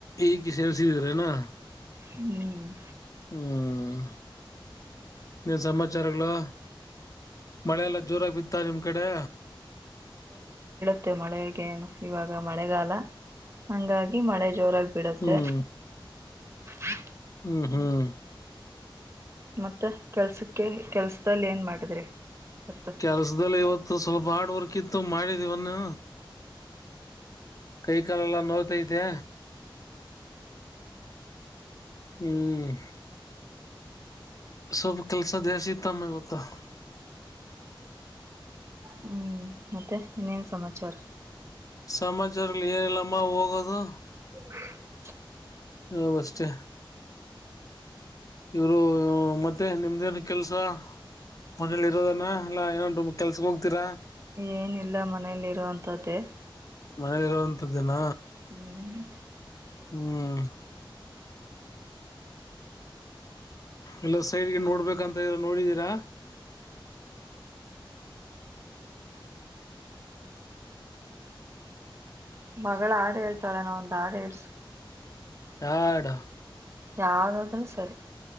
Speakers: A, on the left; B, on the right.
A: ಇಗ ಸೇರಿಸಿನ್ಸಿದರನಾ
B: ಹ್ಮ್
A: ಹ್ಮ್ ನೀನ್ ಸಮಾಚಾರಗಳು ಮಳೆಲ್ಲಾ ಜೋರ ಬಿತ್ತಾ ನಿಮ್ ಕಡೆ
B: ಇತೆ ಮಳೆ ಏನು ಇವಾಗ ಮಳೆಗಾಲ ಹಂಗಾಗಿ ಮಳೆ ಜೋರಾಗಿ ಬಿಡುತ್ತೆ
A: ಹ್ಮ್
B: ಹ
A: ಹ್ಮ್ ಹ್ಮ್
B: ಮತ್ತೆ ಕೆಲ್ಸಕ್ಕೆ ಕೆಲ್ಸದಲ್ಲಿ ಏನ್ ಮಾಡಿದ್ರಿ ಇವತ್ತು
A: ಕೆಲ್ಸದಲ್ಲಿ ಇವತ್ತು ಸ್ವಲ್ಪ ಹಾರ್ಡ್ ವರ್ಕ್ ಇತ್ತು ಮಾಡಿದೀವನ್ನೆ ಕೈ ಕಾಲ ಎಲ್ಲ ನೋತೈತೆ ಹ್ಮ್ ಸ್ವಲ್ಪ ಕೆಲಸ ದಾಸೀ ತಮ್ಮ ಇತ್ತು ತ್ತ
B: ಹ್ಮ್ ಮತ್ತೆ ಇನ್ನೇನ್ ಸಮಾಚಾರ
A: ಸಮಾಚಾರಗಳು ಏನಿಲ್ಲಮ್ಮ ಹೋಗೋದು
B: <inaudible>
A: ಹ ಮಸ್ತೆೇ ಇವರು ಮತ್ತೆ ನಿಮ್ದೇನು ಕೆಲ್ಸ ಮನೇಲಿ ಇರೋದನ್ನ ಎಲ್ಲ ಏನನ್ು ಕೆಲ್ಸಕ್ ಹೋಗ್ತೀರ
B: ಏನಿಲ್ಲ ಮನೇಲಿರುವಂಥದ್ದೇ
A: ಮನೇಲಿರುವಂತದ ದಿನ
B: ಹ್ಮ್
A: ಹ್ಮ್ ಎಲ್ಲ ಸೈಡ್ಗೆ ನೋಡ್ಬೇಕಂತ ನೋಡಿದೀರಾ
B: ಮಗಳ ಆಡು ಹೇಳ್ತಾಳೆ ನಾವ ಒಂದು ಆಡು ಹಳ್ಸ
A: ಆಡ
B: ಯ್ದಾದೂ ಸರಿ